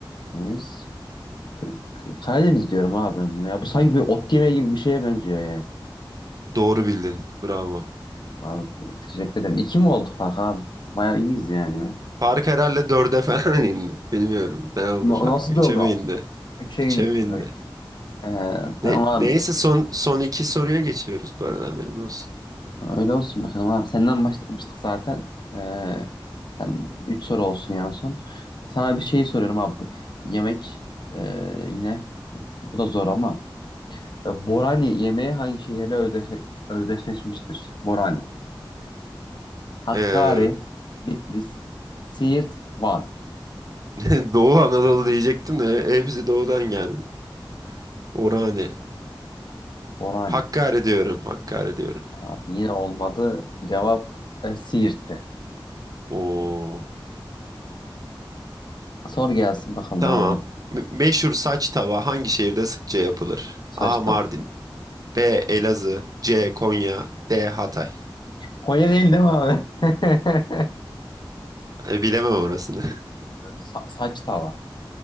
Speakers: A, on the left; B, on the right.
A: Deniz. K- K- Karadeniz diyorum abi ben bunu ya. Bu sanki bir ot yemeği gibi bir şeye benziyor yani.
B: Doğru bildin. Bravo.
A: Abi, teşekkür ederim. İki mi oldu fark abi? Bayağı iyiyiz yani ya.
B: Fark herhalde dörde falan <laughs> indi. Bilmiyorum. Ne oldu
A: Na-
B: fark?
A: Nasıl
B: Üçe
A: dördü?
B: mi indi?
A: Üçe
B: Üçe
A: inmiş
B: mi indi?
A: direkt. Ee,
B: Ne,
A: tamam abi.
B: neyse son son iki soruya geçiyoruz bu arada haberin olsun.
A: Öyle olsun bakalım abi. Senden başlamıştık zaten. Ee, sen üç soru olsun yani son. Sana bir şey soruyorum abi. Yemek ee, yine. Bu da zor ama. Ee, Borani yemeği hangi şehirle özdeşe- özdeşleşmiştir? Borani. Hakkari,
B: Ee,
A: Bitlis, Siirt, Van.
B: <laughs> Doğu Anadolu diyecektim de e, doğudan geldi. Orhane.
A: Borani.
B: Hakkari diyorum. Hakkari diyorum.
A: Abi yine olmadı. Cevap e, Siirt'ti.
B: Oo.
A: Sor gelsin bakalım
B: Tamam.
A: abi hadi.
B: Me- meşhur saç tava hangi şehirde sıkça yapılır?
A: Saç
B: A. Mardin.
A: da.
B: B. Elazığ. C. Konya. D. Hatay.
A: Konya değil değil mi abi? <laughs>
B: E, bilemem orasını. <laughs>
A: Sa- saç tava.